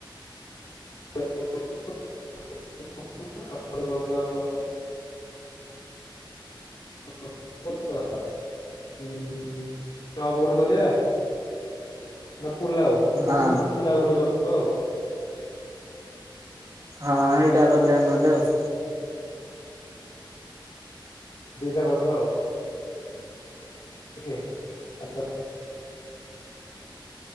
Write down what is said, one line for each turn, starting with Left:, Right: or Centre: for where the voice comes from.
Left: <unintelligible> ଆଉ ଗୋଟେ କରିଦବା ଆମର କଣ। <unintelligible> ଚପ ଗୋଟେ କରିବା? ନା ପୁଲାଉ
Right: ହଁ।
Left: ମଟନ ପୁଲାଉ ଗୋଟେ କରିଦବା ଆଉ।
Right: ହଁ ହେଇଟା କରିଦବା ନହେଲେ ଆଉ।
Left: ଦିଇଟା କରିଦବା ଆଉ। ଖିଏ ଆଉ ତ